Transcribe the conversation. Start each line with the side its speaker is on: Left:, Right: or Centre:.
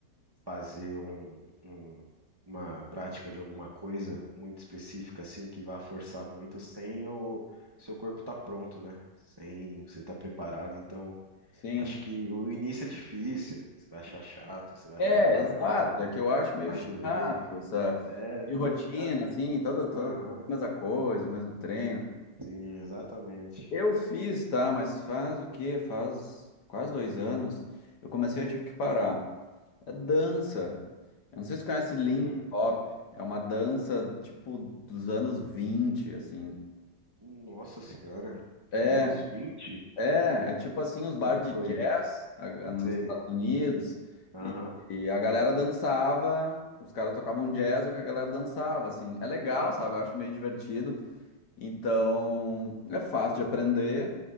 Right: fazer um, um- uma prática de alguma coisa muito específica, assim, que vá forçar muito sem o seu corpo estar pronto, né? Sem você estar preparado. Então,
Left: Sim.
Right: acho que o início é difícil. Você vai achar chato, você vai
Left: É,
Right: achar parada,
Left: exato. É que eu acho meio
Right: vai
Left: chato
Right: doer.
Left: essa
Right: É, não.
Left: e rotina,
Right: a-
Left: assim, toda, toda
Right: Aham,
Left: a mesma coisa, mesmo treino.
Right: sim, exatamente.
Left: Eu fiz, tá? Mas faz o quê? Faz quase dois anos. Eu comecei, eu tive que parar. É dança. Eu não sei se tu conhece Lindy
Right: Hum,
Left: Hop. É uma dança, tipo, dos anos 20 assim.
Right: nossa senhora,
Left: É,
Right: dos anos vinte,
Left: É, é tipo assim os
Right: Não
Left: bar de
Right: conheço.
Left: jazz a- a- nos
Right: Sei.
Left: Estados Unidos
Right: Aham,
Left: e, e a galera dançava, os caras tocavam jazz, é o que a galera dançava, assim. É legal, sabe? Eu acho meio divertido. Então, é fácil de aprender.